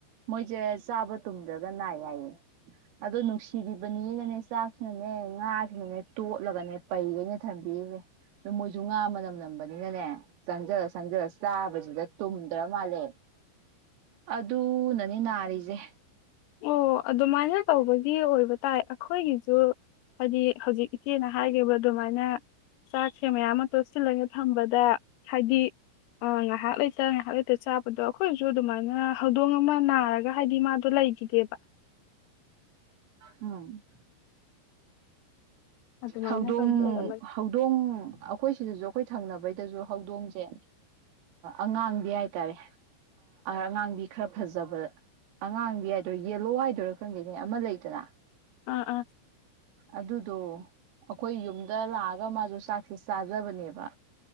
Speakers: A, on the right; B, on the left.
A: ꯁꯦ ꯆꯥꯕ ꯇꯨꯝꯗ꯭ꯔꯒ ꯅꯥꯏ ꯌꯥꯏꯌꯦ ꯑꯗꯨꯣ ꯅꯨꯡꯁꯤꯕꯤꯕꯅꯤꯅꯅꯦ ꯆꯥꯛꯁꯤꯅꯅꯦ ꯉꯥꯁꯤꯅꯅꯦ ꯇꯣꯠꯂꯒꯅꯦ ꯄꯩꯈꯩꯅ ꯊꯝꯕꯤꯔꯤꯁꯦ ꯑꯗꯨ ꯃꯣꯏꯁꯨ ꯉꯥ ꯃꯅꯝ ꯅꯝꯕꯅꯤꯅꯅꯦ ꯆꯪꯁꯤꯜꯂ ꯆꯪꯁꯤꯜꯂ ꯆꯥꯕꯁꯤꯗ ꯇꯨꯝꯗ꯭ꯔ ꯃꯥꯜꯂꯦ ꯑꯗꯨꯅꯅꯦ ꯅꯥ ꯂꯩꯔꯤꯁꯦ
B: ꯑꯣ ꯑꯗꯨꯃꯥꯏꯅ ꯇꯧꯕꯒꯤ ꯑꯣꯏꯕ ꯇꯥꯏ ꯑꯩꯈꯣꯏꯒꯤꯁꯨ ꯍꯥꯏꯗꯤ ꯍꯧꯖꯤꯛ ꯏꯆꯦꯅ ꯍꯥꯏꯈꯤꯕ ꯑꯗꯨꯃꯥꯏꯅ ꯆꯥꯛꯁꯦ ꯃꯌꯥꯝ ꯑꯃ ꯇꯣꯠꯁꯤꯜꯂꯒ ꯊꯝꯕꯗ ꯍꯥꯏꯗꯤ ꯉꯥꯏꯍꯥꯛ ꯂꯩꯇ ꯉꯥꯏꯍꯥꯛ ꯂꯩꯇ ꯆꯥꯕꯗꯣ ꯑꯩꯈꯣꯏꯁꯨ ꯑꯗꯨꯃꯥꯏꯅ ꯍꯧꯗꯣꯡ ꯑꯃ ꯅꯥꯔꯒ ꯍꯥꯏꯗꯤ ꯃꯥꯗꯣ ꯂꯩꯒ ꯗꯦꯕ
A: ꯎꯝ
B: ꯑꯗꯨꯃꯥꯏꯅ
A: ꯍꯧꯗꯣꯡ
B: ꯇꯧꯕ ꯑꯣꯏꯔꯝꯃꯅꯤ
A: ꯍꯧꯗꯣꯡ ꯑꯩꯈꯣꯏ ꯁꯤꯗꯁꯨ ꯑꯩꯈꯣꯏ ꯊꯪꯅꯕꯩꯗꯁꯨ ꯍꯧꯗꯣꯡꯁꯦ ꯑꯉꯥꯡꯕꯤ ꯍꯥꯏꯇꯥꯔꯦ ꯑꯉꯥꯡꯕꯤ ꯈꯔ ꯐꯖꯕ ꯑꯉꯥꯡꯕꯤ ꯍꯥꯏꯗꯣꯏꯔꯥ ꯌꯦꯂꯣ ꯍꯥꯏꯗꯣꯏꯔꯥ ꯈꯪꯗꯩꯅꯦ ꯑꯃ ꯂꯩꯇꯅ
B: ꯑ ꯑꯥ
A: ꯑꯗꯨꯗꯣ ꯑꯩꯈꯣꯏ ꯌꯨꯝꯗ ꯂꯥꯛꯑꯒ ꯃꯥꯁꯨ ꯆꯥꯛꯁꯦ ꯆꯥꯖꯕꯅꯦꯕ